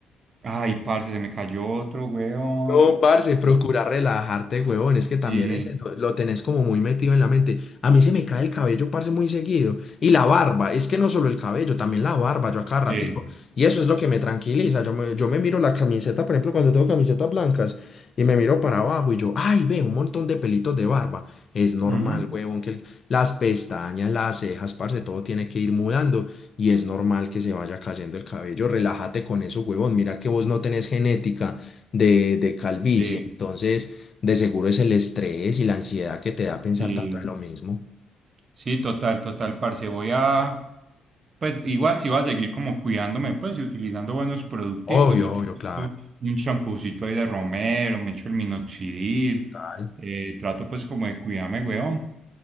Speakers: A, on the right; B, on the left.
A: Ay, parce, se me cayó otro, weón.
B: No, parce, procura relajarte, huevón. Es que también
A: Sí,
B: es eso, lo tenés como muy metido en la mente. A mí se me cae el cabello, parce, muy seguido. Y la barba, es que no solo el cabello, también la barba, yo a cada ratico.
A: sí.
B: Y eso es lo que me tranquiliza. Yo me, yo me miro la camiseta, por ejemplo, cuando tengo camisetas blancas, y me miro para abajo y yo, ay, ve, un montón de pelitos de barba. Es normal,
A: ujú,
B: huevón, que el- las pestañas, las cejas, parce, todo tiene que ir mudando. Y es normal que se vaya cayendo el cabello. Relájate con eso, huevón. Mira que vos no tenés genética de, de calvicie.
A: Sí,
B: Entonces, de seguro es el estrés y la ansiedad que te da pensar
A: sí.
B: tanto en lo mismo.
A: Sí, total, total, parce. Voy a. Pues igual si voy a seguir como cuidándome, pues y utilizando buenos producticos,
B: Obvio,
A: yo utilizo
B: obvio, claro.
A: un champucito ahí de romero, me echo el minoxidil,
B: total.
A: eh, trato pues como de cuidarme, weón.